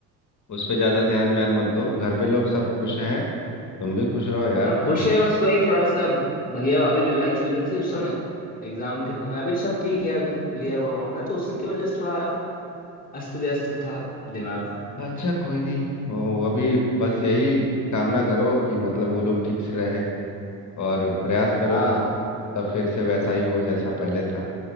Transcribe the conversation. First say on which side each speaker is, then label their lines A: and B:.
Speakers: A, on the left (about 35°); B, on the left (about 15°).
A: उस पे ज़्यादा ध्यान व्यान मत दो घर पे लोग सब खुश हैं तुम भी खुश रहो यार
B: सब खुश
A: सेवेंटी
B: है बस वही थोड़ा सा भैया भाभी की लड़ाई चल रही थी उस समय एग्जाम के समय अभी तो सब ठीक है अभी सब क्लियर हुआ मामला तो उसी की वजह से थोड़ा अस्त व्यस्त था दिमाग
A: अच्छा कोई नहीं वो अभी बस यही कामना करो कि मतलब वो लोग ठीक से रहे और प्रयास
B: हाँ
A: करो कि सब
B: भाई,
A: सब फिर से वैसा ही हो जैसा पहले था